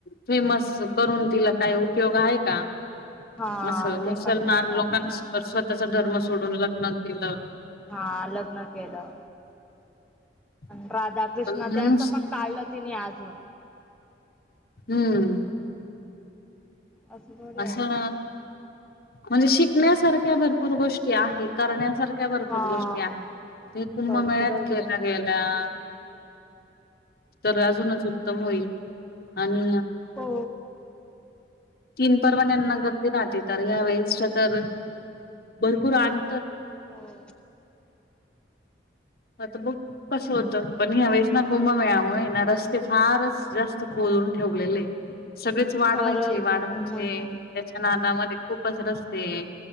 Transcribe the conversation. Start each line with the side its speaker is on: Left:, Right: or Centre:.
Left: फेमस करून तिला काय उपयोग आहे का
Centre: हा
Left: असं मुसलमान
Centre: ते पण नाही आता
Left: लोकां स्वतःचा धर्म सोडून लग्न केलं
Centre: हा लग्न केलं
Left: <inaudible>
Centre: राधा कृष्ण
Left: पण
Centre: त्यांचं पण काढलं तिने अजून
Left: हम्म
Centre: असं थोडी
Left: असं
Centre: असत
Left: म्हणजे शिकण्यासारख्या भरपूर गोष्टी आहे करण्यासारखे आपण आहेत ्या भरपूर
Centre: हा
Left: गोष्टी आहेत ते कुंभमेळ्यात
Centre: भरपूरच
Left: केल्या
Centre: आहे
Left: गेल्या तर अजूनच उत्तम होईल आणि
Centre: हो
Left: तीन परवान्यांना गर्दी राहते तर यावेेळेस तर भरपूर आण
Centre: हो
Left: हा तर ब कसो होत पण वेचना गुम म आय ना रस्ते फारच जास्त खू ठेवले सगळेच वाढवायचे
Centre: खरंच
Left: वाढवायचे
Centre: खूपच
Left: त्याच्या नादामध्ये खूप खूपच रस्ते